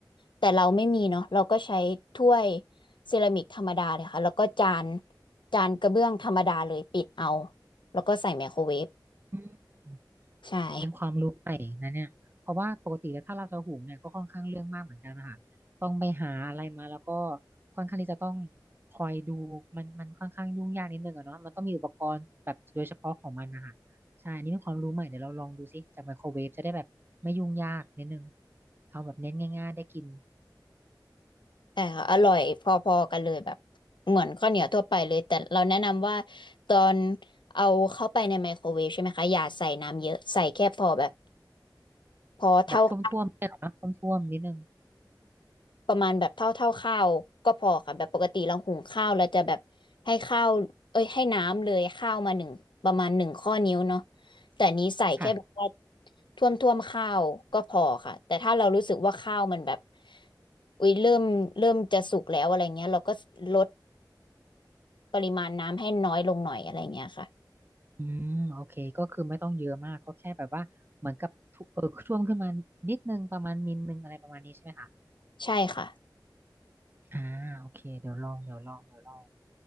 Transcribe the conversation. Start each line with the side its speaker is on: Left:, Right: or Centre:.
Left: แต่เราไม่มีเนาะเราก็ใช้ถ้วยเซรามิกธรรมดาเลยค่ะแล้วก็จานจานกระเบื้องธรรมดาเลยปิดเอาแล้วก็ใส่ไมโครเวฟ
Right: อืม
Left: ใช่
Right: เป็นความรู้ใหม่นะเนี่ยเพราะว่าปกติแล้วถ้าเราจะหุงเนี่ยก็ค่อนข้างเรื่องมากเหมือนกันนะคะต้องไปหาอะไรมาแล้วก็ค่อนข้างที่จะต้องคอยดูมันมันค่อนข้างยุ่งยากนิดนึงอะเนาะมันต้องมีอุปกรณ์แบบโดยเฉพาะของมันนะคะใช่ อันนี่เป็นความรู้ใหม่เดี๋ยวเราลองดูสิจากไมโครเวฟจะได้แบบไม่ยุ่งยากนิดนึงเอาแบบเน้นง่ายๆได้กิน
Left: แต่อร่อยพอๆกันเลยแบบเหมือนข้าวเหนียวทั่วไปเลยแต่เราแนะนำว่าตอนเอาเข้าไปในไมโครเวฟใช่ไหมคะอย่าใส่น้ำเยอะใส่แค่พอแบบพอเท่าข้าว
Right: แบบท่วมๆเนี่ยเนาะท่วมๆนิดนึง
Left: ประมาณแบบเท่าเท่าข้าวก็พอค่ะแบบปกติเราหุงข้าวเราจะแบบให้ข้าวเอ้ยให้น้ำเลยข้าวมาหนึ่งประมาณหนึ่งข้อนิ้วเนาะแต่อันนี้ใส่แค่แบบว่า
Right: ค่ะ
Left: ท่วมท่วมข้าวก็พอค่ะแต่ถ้าเรารู้สึกว่าข้าวมันแบบอุ้ยเริ่มเริ่มจะสุกแล้วอะไรเงี้ยเราก็ลด ปริมาณน้ำให้น้อยลงหน่อยอะไรเงี้ยค่ะ
Right: อืมโอเคก็คือไม่ต้องเยอะมากก็แค่แบบว่าเหมือนกับทุเออช่วงขึ้นมานิดนึงประมาณมิลนึงอะไรประมาณนี้ใช่ไหมคะ
Left: ใช่ค่ะ
Right: อ่าโอเคเดี๋ยวลองเดี๋ยวลองเดี๋ยวลอง